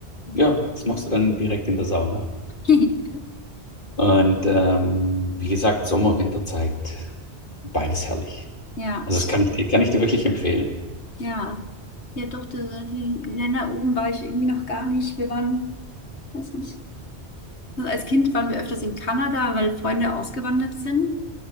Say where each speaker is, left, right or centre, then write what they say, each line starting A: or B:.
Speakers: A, on the left (about 50°); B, on the left (about 80°).
A: Ja, das machst du dann direkt in der Sauna.
B: <laughs>
A: Und ähm, wie gesagt, Sommer, Winterzeit, beides herrlich.
B: Ja,
A: Also das kann ich dir, kann ich dir wirklich empfehlen.
B: ja. Ja, doch, die, die Länder oben war ich irgendwie noch gar nicht. Wir waren, weiß nicht. Also als Kind waren wir öfters in Kanada, weil Freunde ausgewandert sind.